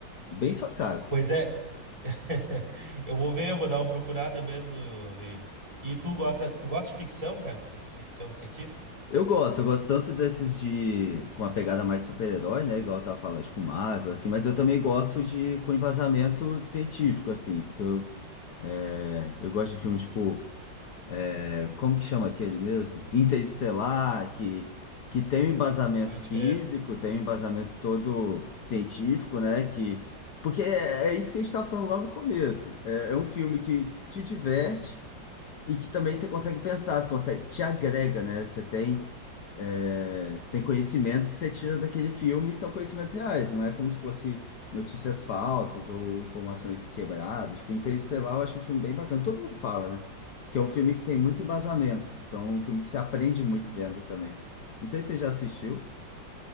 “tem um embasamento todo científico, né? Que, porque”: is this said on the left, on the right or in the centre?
Left